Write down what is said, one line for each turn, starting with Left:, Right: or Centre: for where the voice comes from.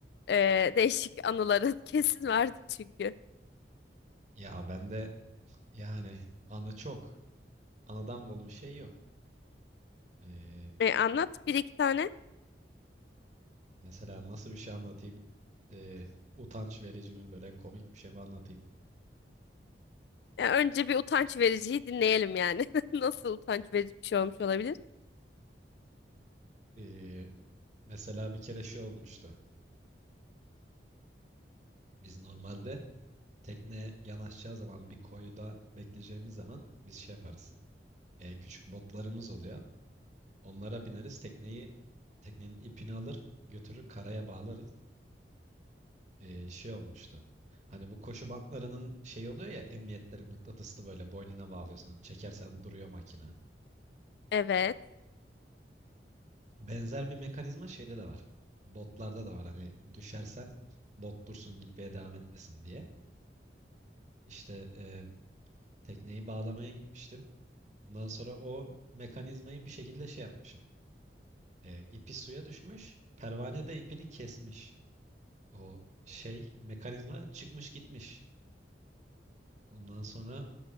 Left: Ee, değişik anıların <laughs> kesin vardı çünkü.
Right: Ya ben de yani anı çok. Anıdan bol bir şey yok. Ee,
Left: Ee, anlat bir iki tane.
Right: mesela nasıl bir şey anlatayım? Ee, utanç verici mi böyle komik bir şey mi anlatayım?
Left: Ee, önce bir utanç vericiyi dinleyelim yani. <laughs> Nasıl utanç verici bir şey olmuş olabilir?
Right: Ee, mesela bir kere şey olmuştu. Biz normalde tekne yanaşacağı zaman bir koyda bekleyeceğimiz zaman biz şey yaparız. Ee, küçük botlarımız oluyor. Onlara bineriz. Tekneyi teknenin ipini alır, götürür karaya bağlarız. Ee, şey olmuştu. Hani bu koşu bantlarının şey oluyor ya emniyetleri mıknatıslı böyle boynuna bağlıyorsun. Hani Çekersen duruyor makine.
Left: Evet.
Right: Benzer bir mekanizma şeyde de var. Botlarda da var. Hani düşersen bot dursun gitmeye devam etmesin diye. İşte e, tekneyi bağlamaya gitmiştim. Ondan sonra o mekanizmayı bir şekilde şey yapmışım. E, ipi suya düşmüş. Pervane de ipini kesmiş. O şey mekanizma çıkmış gitmiş. Ondan sonra